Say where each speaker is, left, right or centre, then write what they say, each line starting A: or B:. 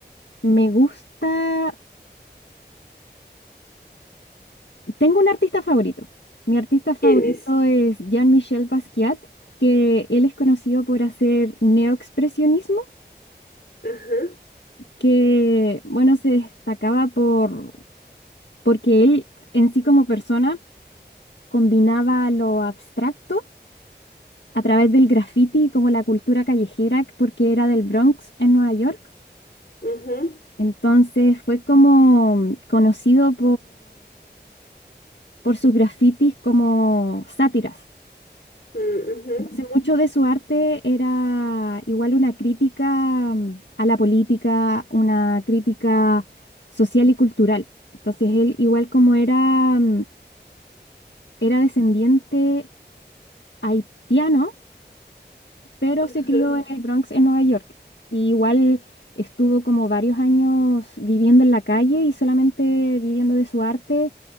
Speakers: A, on the left; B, on the left.
A: me gusta, tengo un artista favorito. Mi artista favorito
B: ¿Quién es?
A: es Jean-Michel Basquiat, que él es conocido por hacer neoexpresionismo,
B: Ajá.
A: que bueno, se destacaba por porque él en sí como persona combinaba lo abstracto a través del graffiti como la cultura callejera, porque era del Bronx en Nueva York.
B: Ujú,
A: Entonces fue como conocido por sus grafitis como sátiras.
B: mm, ujú,
A: Entonces, mucho de su arte era igual una crítica mm, a la política, una crítica social y cultural. Entonces, él igual como era, mm, era descendiente haitiano, pero
B: ujú.
A: se crió en el Bronx, en Nueva York. Y igual estuvo como varios años viviendo en la calle y solamente viviendo de su arte